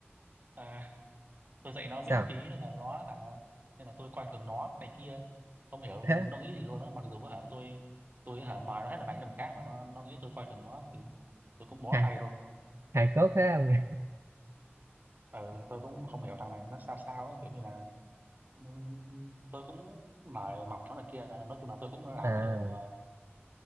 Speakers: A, on the right; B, on the right.
A: à, tôi dạy nó
B: sao
A: miễn phí nên là nó hả nên là tôi coi thường nó này kia không hiểu
B: thế
A: nó nghĩ gì luôn á mặc dù hả tôi tôi hả mời nó hết lần này đến lần khác mà nó nó nghĩ tôi coi thường nó thì tôi cũng bó
B: hài
A: tay luôn
B: hài cốt thế ông nhỉ?
A: ừ, tôi cũng không hiểu thằng này nó sao sao á kiểu như là ừ, tôi cũng mời mọc nó này kia nói chung là tôi cũng làm
B: à
A: nhiều ờ,